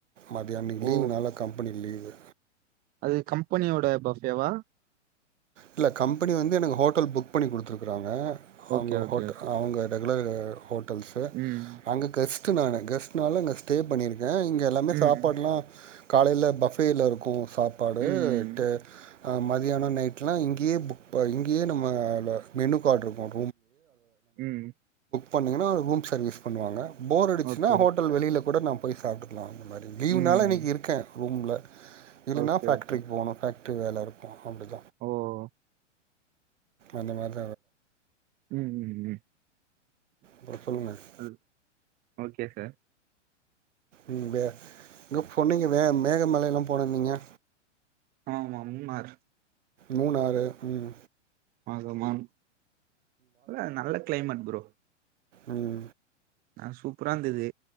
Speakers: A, on the right; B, on the right.
A: மதியான
B: ஓ
A: லீவுனால கம்பெனி லீவு
B: அது கம்பெனியோட பஃபேவா
A: இல்ல கம்பெனி வந்து எனக்கு ஹோட்டல் புக் பண்ணி குடுத்துருக்கறாங்க அவுங்க
B: ஓகே ஓகே
A: ஹோட்டல்
B: ஓகே
A: அவுங்க <inaudible> <unintelligible>
B: ம்
A: அங்க கஸ்சிட்டு நானு கஸ்ட்னால நா ஸ்டே பண்ணிரு அ இங்கே எல்லாமே
B: ம்
A: சாப்படலாம் காலையில பஃபேல இருக்கும் சாப்பாடு
B: ம் ம்
A: ட்டு ஆ மதியானம் நைட் ந இங்கேயே புக் ப இங்கேயே நம்ம ல மெனு கார்ட் இருக்கும்
B: உம்
A: பண்ணிங்கன்னா ஒரு ரூம் சர்வீஸ் பண்ணுவாங்க போர் அடிச்சுன்னா
B: ஓகே
A: ஹோட்டல் வெளில கூடா போய் சாப்பிடு இந்த மாரி லீவ்னால
B: ம்
A: இன்னைக்கு இருக்கே ரூம்ல இல்லைன்னா
B: ஓகே
A: ஃபேக்ட்ரிக்கு
B: ஓகே
A: போகணோ ட்டு வேலை இருக்கும் அப்
B: ஓ
A: அந்த மாரி
B: உம் உம் உம்
A: பிரசல்லங்க <unintelligible>
B: அது ஓகே சார்
A: உம் வே இங்க பொன்னீங்க வே மேகமலைய எல்லா போனந்நீங்க
B: ஆமா மூணார்
A: மூணுாறு உம்
B: ஆ சமான் அ நல்ல கிளைமேட் ப்ரோ
A: உம்
B: நான் சூப்பரா இருந்துது